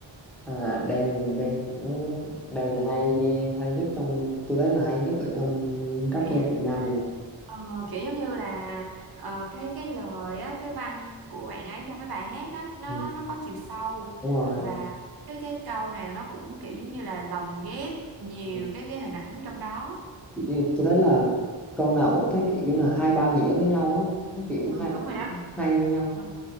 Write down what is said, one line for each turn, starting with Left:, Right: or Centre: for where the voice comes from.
Centre: à đang đang đang thì hay hay nhất trong tôi thấy là hay nhất ở trong rapper
Right: <laughs>
Centre: Việt Nam này mà
Right: Ờ, kiểu giống như là ờ, cái cái lời á, cái văn của bạn ấy trong cái bài hát á, nó
Centre: ừ,
Right: nó có chiều sâu
Centre: đúng rồi
Right: và cái cái câu nào nó cũng kiểu giống như là lồng ghép nhiều
Centre: Ừ.
Right: cái cái hình ảnh trong đó
Centre: kiểu như tôi thấy là câu nào cũng thấy kiểu như là hai ba nghĩa với nhau á nó kiểu
Right: ừ
Centre: hai
Right: đúng
Centre: ba
Right: rồi
Centre: nghĩa
Right: đó
Centre: hay với nhau
Right: ờ